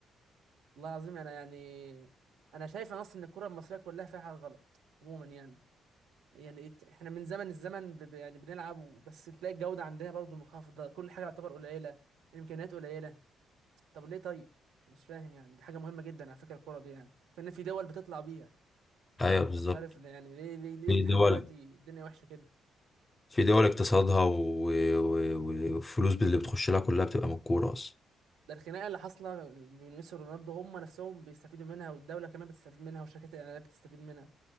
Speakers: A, on the right; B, on the left.
A: والله العظيم انا يعني انا شايف اصلا ان الكره المصريه كلها فيها حاجه غلط عموما يعني يعني إت- احنا من زمن الزمن ب... ب- يعني بنلعب و- بس تلاقي الجوده عندنا برضو منخفضه كل حاجه يعتبر قليله الامكانيات قليله طب ليه طيب مش فاهم يعني دي حاجه مهمه جدا على فكره الكره دي يعني فان في دول بتطلع بيها
B: ايوه بالظبط
A: انا مش عارف ليه- يعني ليه ليه, ليه
B: في
A: لحد
B: دول
A: دلوقتي الدنيا وحشه كده
B: في دول اقتصادها و- و- و- والفلوس اللي بتخش لها كلها بتبقى من الكوره اصلا
A: ده الخناقه اللي حاصله بين ميسي ورونالدو هم نفسهم بيستفيدوا منها والدوله كمان بتستفيد منها وشركات الاعلانات بتستفيد منها